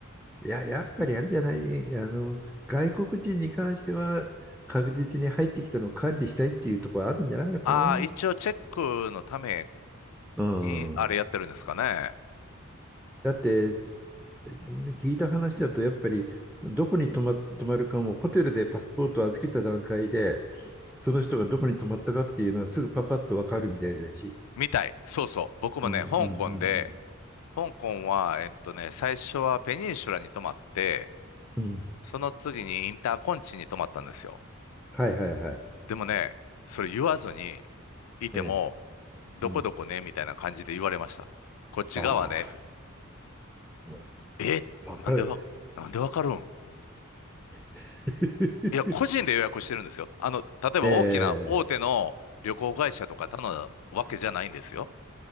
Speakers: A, in the centre; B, on the left.
A: いや、やっぱりあれじゃない、あの、外国人に関しては確実に入ってきたのを管理したいっていうところあるんじゃないのかな。
B: ああ、一応チェックのため
A: うん。
B: に、あれやってるんですかね。
A: だって、えー聞いた話だと、やっぱりどこに泊ま、泊まるかも、ホテルでパスポートを預けた段階で、その人がどこに泊まったかっていうのはすぐパパッとわかるみたいだし。
B: みたい。そうそう。僕もね、
A: うんうんう
B: 香港で、
A: ん
B: 香港は、えっとね、最初はペニンシュラに泊まって、
A: うん。うん
B: その次にインターコンチに泊まったんですよ。
A: はいはいはい。
B: でもね、それ言わずにいても、
A: ええ。
B: どこどこね、
A: うん。
B: みたいな感じで言われました。こっち側ね、
A: あ
B: みたい
A: あ、
B: なえ、
A: わかる。
B: なんでわ、なんでわかるん
A: <laughs>
B: いや、個人で予約してるんですよ。あの、例えば大きな大手の旅行会社とか頼んだわけじゃないんですよ。
A: ええ、